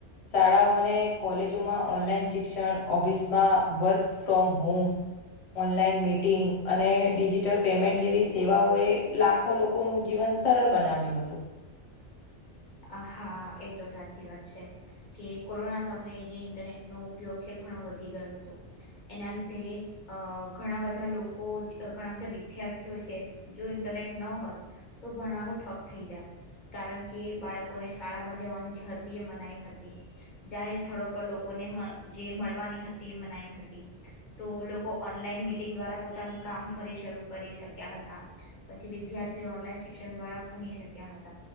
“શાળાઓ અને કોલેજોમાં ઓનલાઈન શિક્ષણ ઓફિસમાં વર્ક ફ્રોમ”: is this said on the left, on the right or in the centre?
Left